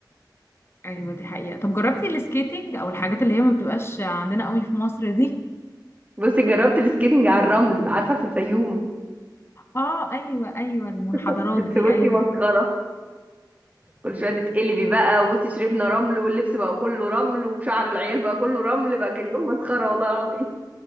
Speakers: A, on the left; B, on the right.
A: <laughs> ايوه دي حقيقة طب جربتي السكيتنج او الحاجات اللي هي ما بتبقاش عندنا قوي في مصر دي
B: بصي جربت السكيتنج على الرمل عارفة في الفيوم
A: اه ايوه ايوه المنحدرات
B: <laughs> بس
A: دي
B: بصي
A: ايوه
B: مسخرة كل شوية تتقلبي بقى وبصي شربنا رمل واللبس بقى كله رمل وشعر العيال بقى كله رمل بقى كان يوم مسخرة والله العظيم